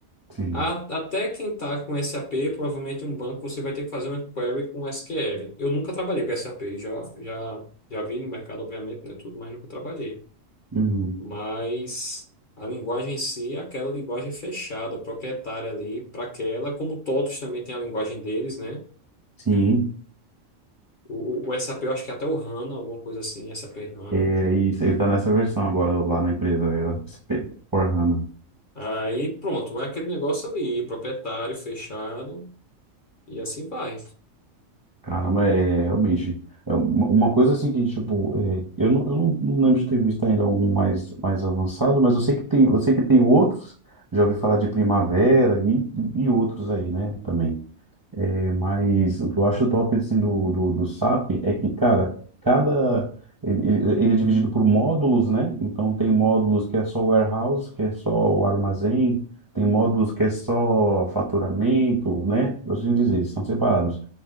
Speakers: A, on the right; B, on the left.
A: Sim.
B: A- até quem está com SAP, provavelmente em um banco, você vai ter que fazer uma query com SQL. Eu nunca trabalhei com SAP, já, já, já vi no mercado, obviamente, né, tudo, mas nunca trabalhei.
A: Uhum.
B: mas a linguagem em si é aquela linguagem fechada, proprietária ali para aquela, como todos também têm a linguagem deles, né?
A: Sim.
B: O, o, o SAP, eu acho que é até o HANA, alguma coisa assim, SAP HANA.
A: É, e você está nessa versão agora lá na empresa, é, SP, for hana
B: Aí pronto, é aquele negócio ali, proprietário, fechado, e assim vai.
A: Caramba, é realmente. É uma uma coisa assim que, tipo, é, eu não, eu não não lembro de ter visto ainda algum mais, mais avançado, mas eu sei que tem, eu sei que tem outros, já ouvi falar de Primavera e, e outros aí, né, também. É, mas o que eu acho top, assim, do, do, do SAP é que, cara, cada... Ele, ele- ele é dividido por módulos, né? Então tem módulos que é só o warehouse, que é só o armazém, tem módulos que é só faturamento, né? Por assim dizer, eles estão separados.